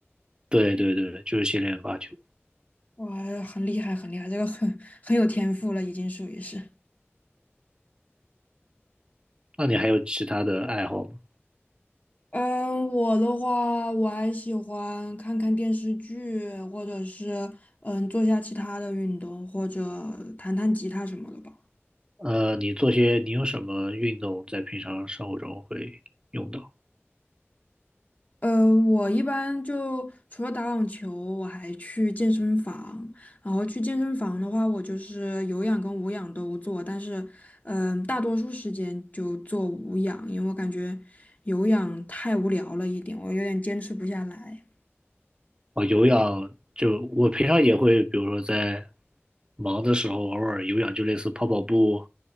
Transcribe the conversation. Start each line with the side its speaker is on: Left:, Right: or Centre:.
Right: 对对对，就是先练发球。
Left: 哇，很厉害，很厉害，这个很很有天赋了，已经属于是。
Right: 那你还有其他的爱好吗？
Left: 嗯，我的话，我还喜欢看看电视剧，或者是嗯做下其他的运动，或者弹弹吉他什么的吧。
Right: 呃，你做些，你有什么运动在平常生活中会用到？
Left: 呃，我一般就除了打网球，我还去健身房。然后去健身房的话，我就是有氧跟无氧都做，但是嗯，大多数时间就做无氧，因为我感觉有氧太无聊了一点，我有点坚持不下来。
Right: 哦，有氧，就我平常也会，比如说在忙的时候，偶尔有氧，就类似跑跑步，